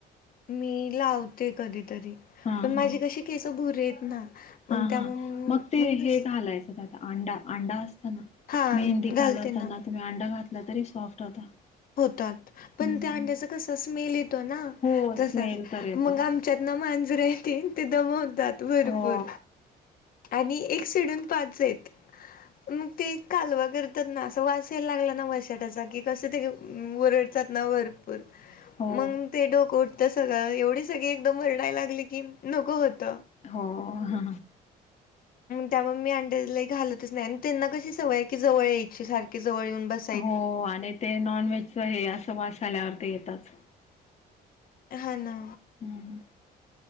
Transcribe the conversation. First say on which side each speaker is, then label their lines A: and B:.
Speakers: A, on the left (about 60°); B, on the left (about 40°).
A: मी लावते कधीतरी,
B: हा
A: पण
B: हा
A: माझी कशी केस भुरेयेत ना मग
B: हा
A: त्यामुळं
B: हा मग ते
A: नस
B: हे घालायचं त्यात, अंडा अंडा असतना
A: हा
B: मेहंदी
A: घालते
B: कालवताना,
A: ना
B: तुम्ही अंडा घातला तरी सॉफ्ट होता.
A: होतात, पण
B: हम्म
A: त्या अंड्याचा कस, स्मेल येतो ना
B: हो स्मेल
A: तसाच
B: तर येत
A: मग आम चेतना मांजर येतील ते दमवतात. भरपूर.
B: हो.
A: आणि एक सोडून पाचेयत. मग ते कालवा करतात ना, अस वास यायला लागला ना वैशाटाचा कि कस ते ओरड त्यात ना भरपूर.
B: हो
A: मग ते डोकं उठत सगळं एवढी सगळी एकदम वरडायला लागली की नको होत
B: हो ह
A: त्यामुळे मी अंड्यालाही घालतच नाही आणि त्यांना कशी सवय आहे की जवळ एक सारखी जवळ येऊन बस
B: हो आणि ते नॉन व्हेजच हे असं वास आल्यावर ते येतच
A: हा ना
B: हम्